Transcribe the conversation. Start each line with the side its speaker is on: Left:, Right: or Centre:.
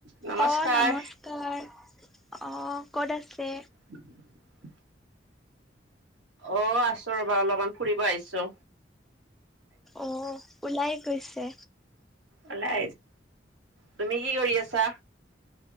Right: নমস্কাৰ
Centre: অ, নমস্কাৰ। অ ক'ত আছে?
Right: <unintelligible> অ আছো ৰ'বা, অলপমান ফুৰিব আহিছো।
Centre: অ ওলাই গৈছে।
Right: ওলাই তুমি কি কৰি আছা?